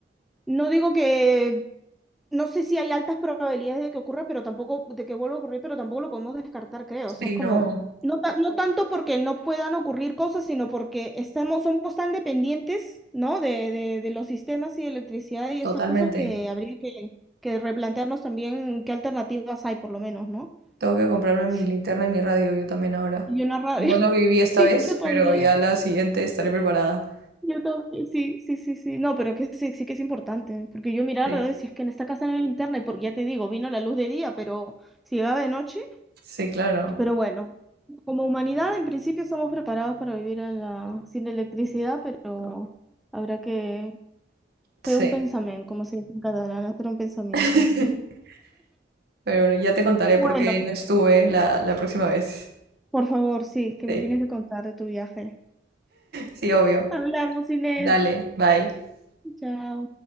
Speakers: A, in the centre; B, on the right.
A: no digo que no sé si hay altas probabilidades de que ocurra, pero tampoco, de que vuelva a ocurrir, pero tampoco lo podemos descartar, creo.
B: sí,
A: O sea, es como,
B: no,
A: no, ta- no tanto porque no puedan ocurrir cosas, sino porque estamos, somos tan dependientes, ¿no? De, de, de los sistemas y de electricidad y
B: totalmente.
A: estas cosas que habría que, que replantearnos también qué alternativas hay, por lo menos, ¿no?
B: Tengo que comprarme mi
A: Sí.
B: linterna y mi radio yo también ahora.
A: Y una rabia.
B: No lo viví
A: <laughs>
B: esta
A: Sí,
B: vez,
A: yo también.
B: pero ya la siguiente estaré preparada.
A: Yo también. Sí, sí, sí, sí. No, pero que sí, sí que es importante, porque yo miraba
B: Sí,
A: alrededor y decía, es que en esta casa no hay internet, porque ya te digo, vino la luz de día, pero si llegaba de noche.
B: sí, claro.
A: Pero bueno, como humanidad en principio somos preparados para vivir en la, sin electricidad, pero habrá que hacer
B: Sí.
A: un pensamiento, como se dice en catalán, hacer un pensamiento.
B: <laughs> Pero bueno, ya te contaré
A: Bueno,
B: por qué no estuve la, la próxima vez.
A: por favor, sí, que
B: Sí,
A: me tienes que contar de tu viaje.
B: sí, obvio.
A: Hablamos, Inés.
B: Dale, bye.
A: Chao.